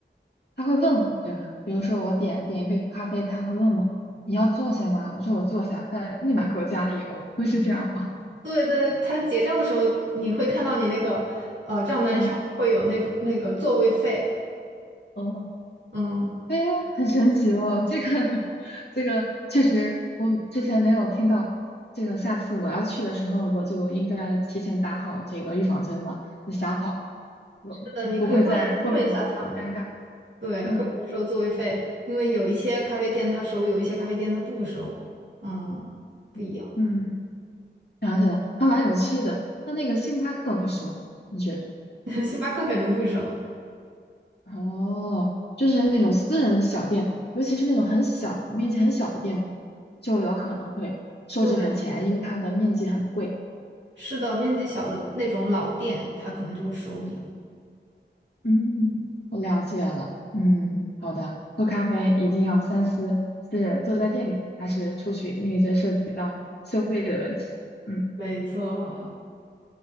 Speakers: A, on the left; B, on the right.
A: 他会问我，对吧？比如说我点点一杯咖啡，他会问我你要坐下吗？我说我坐下，他立马给我加了油，会是这样吗？
B: 对对，他结账的时候你会看到你那个呃账单上面会有那种那个座位费，
A: 嗯，哦，
B: 嗯，
A: 哎，很神奇哦，这个 <laughs> 这个确实我之前没有听到过这个下次我要去的时候，我就应该提前打好这个预防针了，就想好，我不会在后面的尴尬。
B: 是的，你可以问问一下他们。对，
A: 嗯
B: 会不会收座位费？因为有一些咖啡店它收，有一些咖啡店它不收。嗯，不一样，
A: 嗯。嗯想起来了，还蛮有趣的。那那个星巴克会收吗？你觉得？
B: <laughs> 星巴克肯定不收。
A: 哦，就是那种私人的小店，尤其是那种很小的、面积很小的店铺，就有可能会收这份钱，
B: 对，
A: 因为它的面积很贵。
B: 是的，面积小的那种老店，它可能就会收你。
A: 嗯，我了解了。嗯，好的。喝咖啡一定要三思，是坐在店里还是出去，因为这涉及到收费的问题。嗯
B: 没错，